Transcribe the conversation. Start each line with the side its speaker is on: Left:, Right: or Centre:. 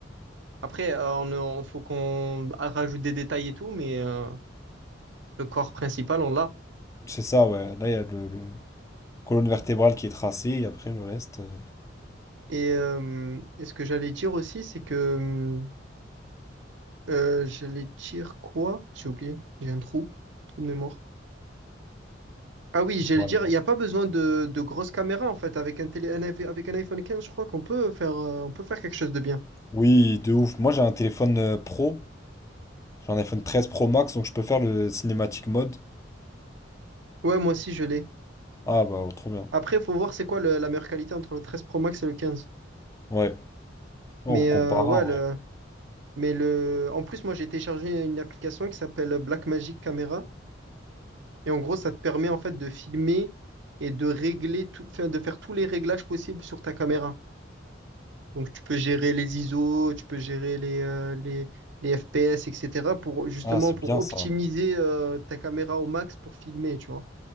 Right: Après, euh, on, on- faut qu'on rajoute des détails et tout, mais euh, le corps principal, on l'a.
Left: C'est ça, ouais. Là, il y a le, le colonne vertébrale qui est tracée et après le reste, euh,
Right: Et, euh, et ce que j'allais dire aussi, c'est que euh, j'allais dire quoi? J'ai oublié, j'ai un trou, trou de mémoire. Ah oui,
Left: on
Right: j'allais
Left: parle.
Right: dire, il n'y a pas besoin de, de grosses caméras en fait. Avec un télé, un iPhone- avec un iPhone 15, je crois qu'on peut faire, euh, on peut faire quelque chose de bien.
Left: Oui, de ouf. Moi, j'ai un téléphone euh, pro. J'ai un iPhone 13 Pro Max, donc je peux faire le cinématique mode.
Right: Ouais, moi aussi, je l'ai.
Left: Ah, bah, oh, trop bien.
Right: Après, il faut voir c'est quoi le- la meilleure qualité entre le 13 Pro Max et le 15.
Left: Ouais. On
Right: Mais
Left: comparera,
Right: euh, ouais, le,
Left: ouais.
Right: mais le, en plus, moi, j'ai téléchargé une application qui s'appelle Blackmagic Camera Et en gros, ça te permet en fait de filmer et de régler tout, enfin, de faire tous les réglages possibles sur ta caméra. Donc tu peux gérer les ISO, tu peux gérer les, euh, les, les FPS, etc. pour justement
Left: Ah, c'est
Right: pour
Left: bien
Right: optimiser
Left: ça.
Right: euh, ta caméra au max pour filmer, tu vois.